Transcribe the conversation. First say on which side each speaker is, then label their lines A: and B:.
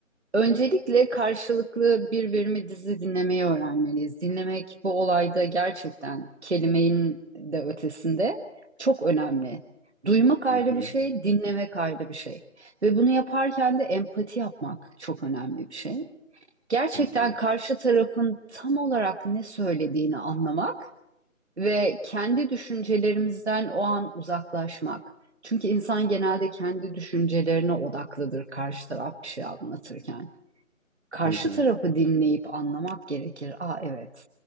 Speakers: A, on the right (about 55°); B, on the right (about 75°).
A: Öncelikle karşılıklı birbirimi dizi dinlemeyi öğrenmeliyiz. Dinlemek bu olayda gerçekten kelimenin de ötesinde çok önemli. Duymak
B: Hı
A: ayrı
B: hı,
A: bir şey, dinlemek ayrı bir şey. Ve bunu yaparken de empati yapmak çok önemli bir şey. Gerçekten
B: hı hı,
A: karşı tarafın tam olarak ne söylediğini anlamak ve kendi düşüncelerimizden o an uzaklaşmak. Çünkü insan genelde kendi düşüncelerine odaklıdır karşı taraf bir şey anlatırken karşı
B: hı hı.
A: tarafı dinleyip anlamak gerekir. Aa evet.